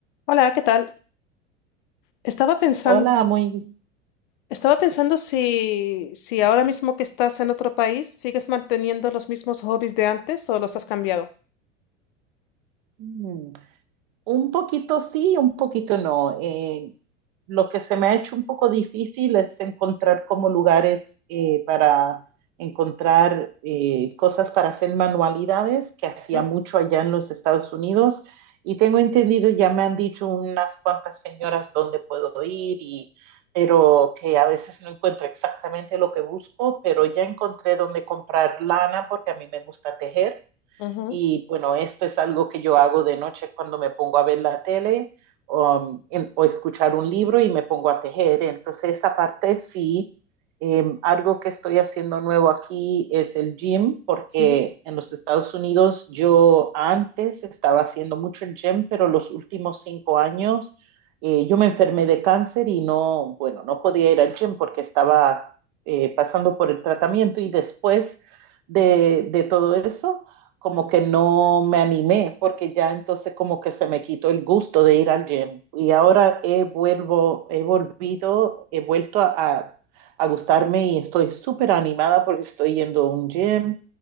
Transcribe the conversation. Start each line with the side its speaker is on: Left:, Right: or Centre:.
Left: Hola, ¿qué tal? Estaba pensando,
Right: Hola, muy...
Left: estaba pensando si, si ahora mismo que estás en otro país, ¿sigues manteniendo los mismos hobbies de antes o los has cambiado?
Right: mm, Un poquito sí, un poquito no. Eh, lo que se me ha hecho un poco difícil es encontrar como lugares eh, para encontrar eh, cosas para hacer manualidades, que hacía
Left: ¿Mm?
Right: mucho allá en los Estados Unidos. Y tengo entendido, ya me han dicho unas cuantas señoras dónde puedo ir, y, pero que a veces no encuentro exactamente lo que busco, pero ya encontré dónde comprar lana porque a mí me gusta tejer.
Left: Ujú,
Right: Y bueno, esto es algo que yo hago de noche cuando me pongo a ver la tele um, en, o escuchar un libro y me pongo a tejer. Entonces, esa parte sí. Eh, algo que estoy haciendo nuevo aquí es el gym, porque
Left: ujú.
Right: en los Estados Unidos yo antes estaba haciendo mucho el gym, pero los últimos cinco años eh, yo me enfermé de cáncer y no, bueno, no podía ir al gym porque estaba eh, pasando por el tratamiento y después de, de todo eso como que no me animé, porque ya entonces como que se me quitó el gusto de ir al gym. Y ahora he, vuelvo, he volvido, he vuelto a, a a gustarme y estoy súper animada porque estoy yendo a un gym.